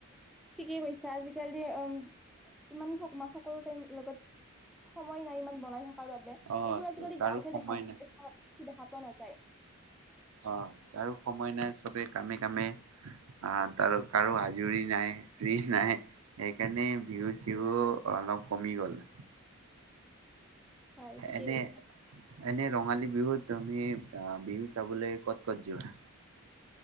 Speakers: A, in the centre; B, on the right.
A: ঠিকেই কৈছা, আজিকালি উ ইমান মা সকলো টাইম লগত সময় নাই ইমান বনাই থকাৰ বাবে,
B: অ
A: এইবোৰ আজিকালি
B: কাৰো
A: গাওঁতেহে
B: সময়
A: দেখা পোৱা
B: নাই
A: চহৰত দেখা পোৱা নাযায়।
B: অহ কাৰো সময় নাই। চবে কামে-কামে আহ তো কাৰো আজৰি নাই, ফ্ৰীজ নাই, সেইকাৰণে বিহু-চিহু অলপ কমি গ'ল।
A: হয় ঠিকেই
B: এনে-এনে
A: কৈছা
B: ৰঙালী বিহুত তুমি আহ বিহু চাবলৈ ক'ত, ক'ত যোৱা